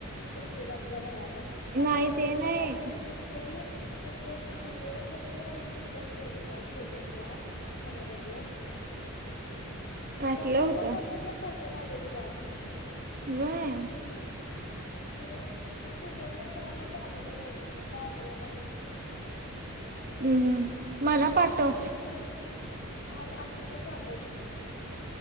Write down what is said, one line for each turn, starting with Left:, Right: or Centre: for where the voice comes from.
Left: तृप्तीचान तुच्या भावात प
Right: नाही
Left: रोबट
Right: ते
Left: डेला बघाय
Right: नाही
Left: पाहिजे तीस बाई कसल घनड फोटो लावलेली मा त्या स्टोरीला स्टेटस ला बघ बरोबर.
Right: कसलं
Left: कपलच्या
Right: होतं
Left: पत मधलं. फोटो लावलेली बाळ
Right: वय
Left: सेम स्क्रीनशॉट म्हणून कुणाला तर पाठवलेलं काय आठव ना
Right: हम्म हम्म मला पाठव
Left: खर ह असलं तरी पा पाठवतो.